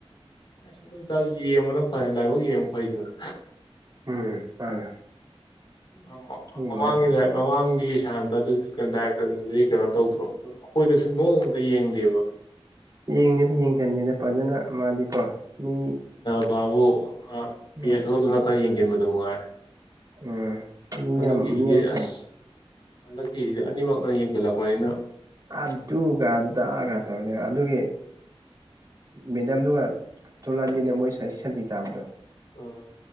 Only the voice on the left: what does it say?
ꯑꯁ ꯑꯗꯨꯇꯥꯏꯗꯤ ꯌꯦꯡꯕꯅ ꯐꯩ ꯂꯥꯏꯕꯛ ꯌꯦꯡꯕ ꯐꯩꯗꯅ
ꯃ ꯃ
ꯃꯃꯥꯡꯒꯤ ꯃꯃꯥꯡꯒꯤ ꯁꯥꯟꯇ ꯗꯨꯗꯤ ꯗꯥꯏꯔꯦꯛꯇꯔꯗꯨꯗꯤ ꯀꯩꯅꯣ ꯇꯧꯗ꯭ꯔꯣ ꯑꯩꯈꯣꯏꯗꯁꯨ ꯅꯣꯡꯃꯇ ꯌꯦꯡꯗꯦꯕ
ꯕꯥꯕꯨ ꯑ ꯄꯤ
ꯑꯦꯁ ꯑꯣꯗꯨꯅ ꯈꯔ ꯌꯦꯡꯖꯟꯕꯗꯨ ꯃꯉꯥꯏ
ꯍꯟꯗꯛ
ꯀꯤꯖꯤꯗꯤ
ꯑꯁ ꯍꯟꯗꯛꯀꯤꯖꯤꯗꯤ ꯑꯅꯤꯃꯛꯅ ꯌꯦꯡꯖꯜꯂꯛꯄꯅꯤꯅ
ꯑꯥ